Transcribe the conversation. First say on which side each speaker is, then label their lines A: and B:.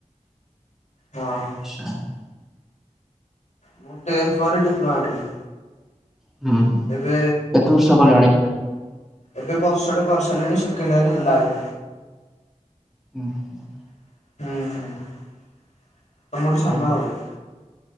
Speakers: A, on the left; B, in the centre.
A: ହଁ।
B: <unintelligible>
A: ମୁଁ ଟେନ୍‌ଥ୍ ପରେ, ଡ଼ିପ୍ଲୋମା କଲି।
B: ହୁଁ
A: ଏବେ,
B: କେତେ ବର୍ଷ କଲଣି?
A: ଏବେ ବର୍ଷଟେ କରି ସାର୍ଲିଣି ସେକେଣ୍ଡ୍ ଇୟର୍ ହେଲା ଏବେ।
B: <inaudible>
A: <unintelligible>
B: ଓ